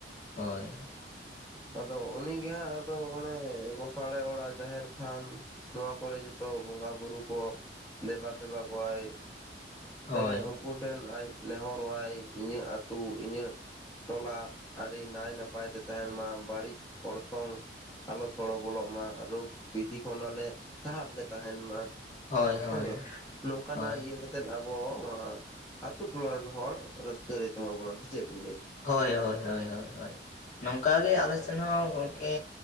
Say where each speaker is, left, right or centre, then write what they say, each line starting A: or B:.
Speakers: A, on the left (about 45°); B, on the left (about 20°).
A: ᱦᱳᱭ᱾
B: ᱟᱫᱚ ᱩᱱᱤᱜᱮ ᱦᱟᱸᱜ ᱟᱫᱚ ᱚᱱᱮ ᱜᱥᱟᱲᱮ ᱚᱲᱟᱜ ᱡᱟᱦᱮᱨ ᱛᱷᱟᱱ ᱱᱚᱣᱟ ᱠᱚᱨᱮ ᱡᱚᱛᱚ ᱵᱚᱸᱜᱟ ᱵᱩᱨᱩ ᱠᱚ ᱫᱮᱵᱟ ᱥᱮᱵᱟ ᱠᱚᱣᱟᱭ᱾
A: ᱦᱳᱭ
B: ᱥᱮ ᱩᱱᱠᱩ ᱴᱷᱮᱱ ᱟᱡ ᱱᱮᱦᱚᱨᱚᱜ ᱟᱭ ᱤᱧᱟᱹᱜ ᱟᱹᱛᱩ ᱤᱧᱟᱹᱜ ᱴᱚᱞᱟ ᱟᱹᱰᱤ ᱱᱟᱭ ᱱᱟᱯᱟᱭ ᱛᱮ ᱛᱟᱦᱮᱱ ᱢᱟ ᱵᱟᱹᱲᱤᱡ ᱚᱲᱥᱚᱝ ᱟᱞᱚ ᱥᱚᱲᱚ ᱵᱚᱞᱚᱜ ᱢᱟ, ᱨᱳᱜᱽ ᱵᱤᱫᱷᱤ ᱠᱷᱚᱱᱞᱮ ᱥᱟᱦᱟᱵ ᱞᱮ ᱛᱟᱦᱮᱱ ᱢᱟ᱾
A: ᱦᱳᱭ ᱦᱳᱭ
B: ᱦᱚ ᱱᱚᱝᱠᱟᱱᱟᱜ
A: ᱦᱳᱭ
B: ᱤᱭᱟᱹ ᱠᱟᱛᱮᱜ ᱛᱮᱫ ᱟᱵᱚ ᱱᱚᱣᱟ ᱟᱛᱩ ᱴᱚᱞᱟᱨᱮᱱ ᱦᱚᱲ ᱨᱟᱹᱥᱠᱟᱹ ᱨᱮ ᱫᱚᱦᱚ ᱵᱚᱱᱟ ᱥᱮ ᱪᱮᱫ ᱵᱤᱱ ᱞᱟᱹᱭᱟ?
A: ᱦᱳᱭ ᱦᱳᱭ ᱦᱳᱭ ᱦᱳᱭ᱾ ᱱᱚᱝᱠᱟ ᱜᱮ ᱟᱞᱮ ᱥᱮᱱ ᱦᱚᱸ ᱜᱚᱝᱠᱮ